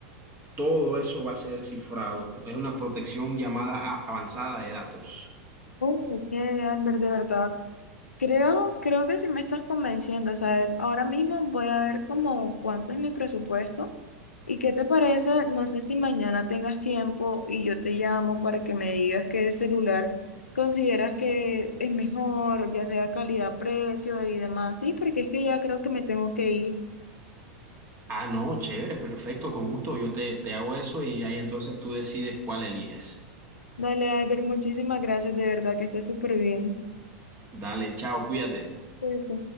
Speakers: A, on the right; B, on the left.
A: Todo eso va a ser cifrado. Es una protección llamada a- avanzada de datos.
B: Oh, ok, Albert, de verdad. Creo, creo que sí me estás convenciendo, ¿sabes? Ahora mismo voy a ver como cuánto es mi presupuesto y qué te parece, no sé si mañana tengas tiempo y yo te llamo para que me digas qué celular consideras que es mejor, ya sea calidad, precio y demás. Sí, porque es que ya creo que me tengo que ir.
A: Ah, no, chévere, perfecto, con gusto. Yo te, te hago eso y ahí entonces tú decides cuál eliges.
B: Dale, Albert, muchísimas gracias, de verdad que estés súper bien.
A: Dale, chao, cuídate.
B: Cuídate.